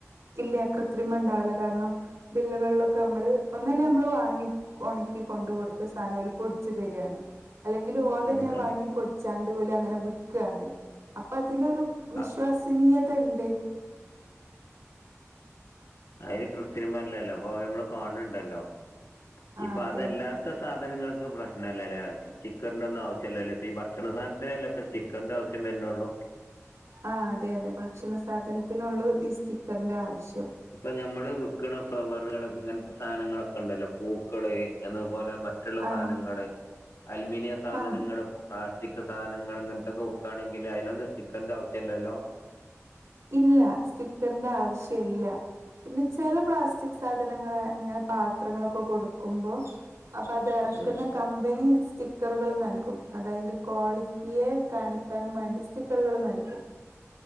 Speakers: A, on the right; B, on the left.
A: ഇല്ല്യ കൃത്രിമണ്ടാവില്ല കാരണം മില്ലുകളിലൊക്കെ അമ്മള് ഒന്ന് ന്ന് ഞമ്മള് വാങ്ങി ഒണക്കി കൊണ്ട് കൊടുത്ത സാനോര് പൊടിച്ച് തര്ആണ് അല്ലെങ്കില് ഓല്
B: ഉം
A: അന്നെ
B: അതെ
A: വാങ്ങി പൊടിച്ചാണ്ട് ഓല് അങ്ങനെ വിക്ക്ആണ് അപ് പ്പതിലൊരു വിശ്വാസനീയത
B: ആ
A: ഇണ്ട്
B: അയില് ക്രിസ്ത്യനിമാരില്ലല്ലോ അപ്പോ ഞമ്മള് കാണ്ണ്ണ്ടല്ലോ
A: ആഹ്
B: ഇപ്പൊ
A: അതെ
B: അതല്ലാത്ത സാധനങ്ങള് ക്ക് പ്രശ്നല്ലല്ലേ സ്റ്റിക്കറിൻ്റൊന്നും ആവശ്യല്ലല്ലേ ഇപ്പീ ഭക്ഷണ സാൻത്തിനല്ലേ ഇപ്പ സ്റ്റിക്കറിൻ്റാവശ്യം വര്നൊള്ളൂ
A: ആഹ് അതെയതെ ഭക്ഷണ സാധൻത്തിനൊള്ളൂ ഈ സ്റ്റിക്കറിന്റെ ആവശ്
B: ഇപ്പൊ ഞമ്മള് വിക്ക്ണ ഫ്ലവറ്കള് ഇങ്ങൻത്തെ സാനങ്ങളൊക്കെ ഇണ്ടല്ലോ പൂക്കള് എന്ത് പോലെ മറ്റ്ള്ള
A: ആ
B: സാനങ്ങള് അലുമിനിയ സാധനങ്ങള്
A: ആ
B: കുട്ടാൻ റ്റിക്ക് സാനങ്ങള് അങ്ങനത്തൊക്കെ വുക്കാണെങ്കില് അയിലൊന്നും സ്റ്റിക്കറിൻ്റാവശ്യല്ലല്ലോ
A: ഇല്ലാ സ്റ്റിക്കറിൻ്റാവശ്യല്ല പിന്നെ ചെല പ്ലാസ്റ്റിക് സാധനങ്ങള് അങ്ങനെ പാത്രങ്ങളൊക്കെ കൊടുക്കുമ്പോ അപ്പത് എറക്കുന്ന
B: ഉം
A: കമ്പനി സ്റ്റിക്ക് ക്കറുകളും നൽകും അതയിന്റെ ക്വാളിറ്റിയെ കാണിക്കാനും വേണ്ടി സ്റ്റിക്കറുകള് നൽകും <inaudible>